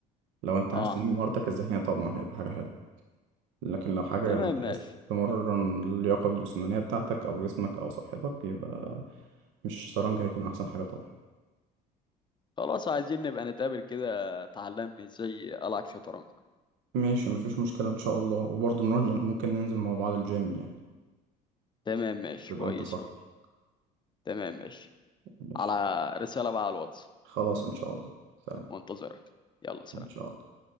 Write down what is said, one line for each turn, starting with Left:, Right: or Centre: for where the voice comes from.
Right: لو انت
Left: اه
Right: عايز تنمي مهارتك الذهنية طبعا هيبقى حاجة حلوة لكن لو حاجة
Left: تمام
Right: انت
Left: ماشي
Right: عايز تمرن اللياقة الجسمانية بتاعتك او جسمك او صحتك يبقى مش شطرنج هيكون احسن حاجة طبعا
Left: خلاص عايزين نبقى نتقابل كده تعلمني ازاي العب شطرنج
Right: ماشي مفيش مشكلة ان شاء الله وبرضه نر- ممكن ننزل مع بعض الجيم يعني
Left: تمام ماشي
Right: تبقى
Left: كويس
Right: انت صاحبي
Left: أوي تمام ماشي
Right: ماشي
Left: على رسالة بقى على الواتس
Right: خلاص ان شاء الله سلام
Left: وانتظرك يلا سلام
Right: ان شاء الله